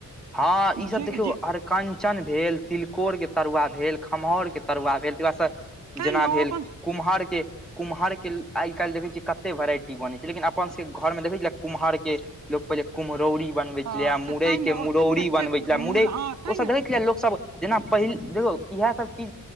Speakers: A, in the centre; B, on the right.
A: हँ ई सब
B: जे
A: देखियौ
B: जे
A: अर कञ्चन भेल तिलकोरके तरुआ भेल खमहौरके तरुआ भेल तकर बाद स
B: तैं
A: जेना
B: ने
A: भेल
B: ओ अपन
A: कुम्हर के कुम्हरके आइ काल्हि देखैत छियै कते वेराइटी बनैत छै लेकिन अपन सभके घरमे देखै छलियै कुम्हरके लोक पहिले कुम्हरौरी बनवे
B: हँ
A: छलेै मुरई
B: तऽ तैं ने
A: के मुरौड़ी
B: एतेक
A: बनबे छले
B: मुरहा
A: मुरई
B: तैं
A: ओ सब
B: ने
A: देखै छलीयै लोक सब जेना पहिल देखौ इएह सब चीज